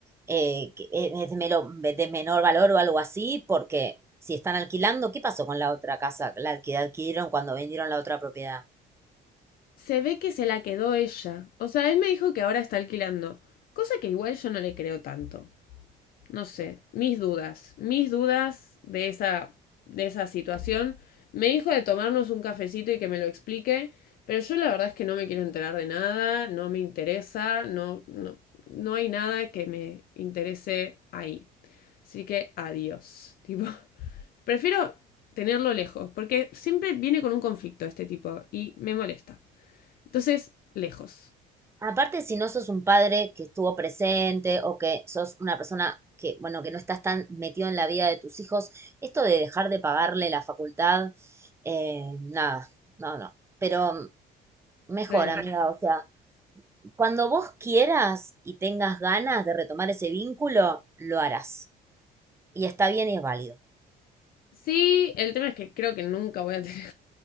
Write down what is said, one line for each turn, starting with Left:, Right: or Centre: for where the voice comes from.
Right: eh, que e- es de, mero- de menor valor o algo así, porque si están alquilando, ¿qué pasó con la otra casa? La que adquirieron cuando vendieron la otra propiedad.
Left: se ve que se la quedó ella. O sea, él me dijo que ahora está alquilando. Cosa que igual yo no le creo tanto. No sé, mis dudas, mis dudas de esa, de esa situación. Me dijo de tomarnos un cafecito y que me lo explique, pero yo la verdad es que no me quiero enterar de nada, no me interesa, no, no, no hay nada que me interese ahí. Así que adiós. Tipo, <laughs> prefiero tenerlo lejos, porque siempre viene con un conflicto este tipo y me molesta. Entonces, lejos.
Right: Aparte, si no sos un padre que estuvo presente o que sos una persona que, bueno, que no estás tan metido en la vida de tus hijos, esto de dejar de pagarle la facultad, eh, nada, no, no. Pero mm, mejor,
Left: Re.
Right: amiga, o sea. Cuando vos quieras y tengas ganas de retomar ese vínculo, lo harás. Y está bien y es válido.
Left: Sí, el tema es que creo que nunca voy a tener.